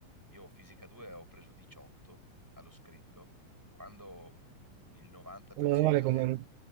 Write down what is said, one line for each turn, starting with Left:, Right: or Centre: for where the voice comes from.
Centre: io fisica 2 ho preso 18 allo scritto, quando il 90%
Right: Meno male come...